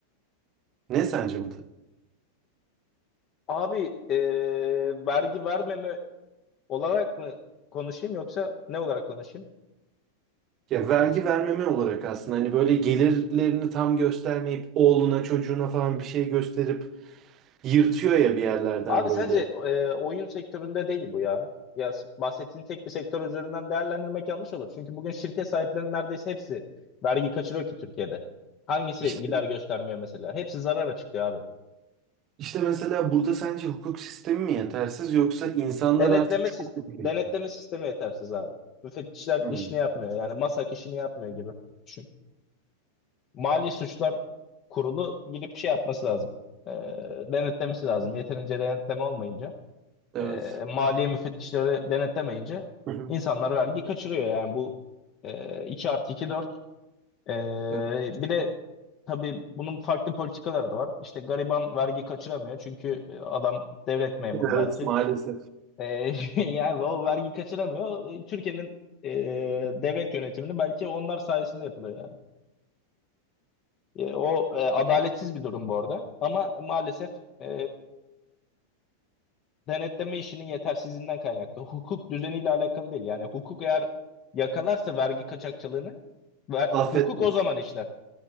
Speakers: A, on the right; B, on the left.
A: Ne sence bu?
B: Abi ee, vergi vermeme olarak mı konuşayım yoksa ne olarak konuşayım?
A: Ya vergi vermeme olarak aslında hani böyle gelirlerini tam göstermeyip oğluna çocuğuna falan bir şey gösterip yırtıyor ya bir yerlerden
B: Abi
A: böyle.
B: sadece e, oyun sektöründe değil bu ya. Ya s- bahsettiğin tek bir sektör üzerinden değerlendirmek yanlış olur. Çünkü bugün şirket sahiplerinin neredeyse hepsi vergi kaçırıyor ki Türkiye'de. Hangisi
A: İşte
B: gider göstermiyor mesela? Hepsi zarar açıklıyor abi.
A: İşte mesela burada sence hukuk sistemi mi yetersiz yoksa insanlar
B: Denetleme
A: artık çok
B: sistemi,
A: mu biliyor?
B: denetleme sistemi yetersiz abi. Müfettişler
A: Hmm.
B: işini yapmıyor. Yani MASAK işini yapmıyor gibi. Düşün. Mali Suçlar Kurulu gidip şey yapması lazım. E, denetlemesi lazım. Yeterince denetleme olmayınca.
A: Evet.
B: e, maliye müfettişleri denetlemeyince
A: Hı hı.
B: insanlar vergi kaçırıyor yani bu e, 2 artı 2 4 E,
A: Evet.
B: bir de tabii bunun farklı politikaları da var işte gariban vergi kaçıramıyor çünkü e, adam devlet memuru
A: Evet,
B: belki
A: maalesef.
B: E, <laughs> yani o vergi kaçıramıyor E, Türkiye'nin e, devlet yönetimini belki onlar sayesinde yapılıyor yani E, o e, adaletsiz bir durum bu arada ama maalesef e, denetleme işinin yetersizliğinden kaynaklı. Hukuk düzeniyle alakalı değil. Yani hukuk eğer yakalarsa vergi kaçakçılığını ver,
A: Affetmez.
B: hukuk o zaman işler.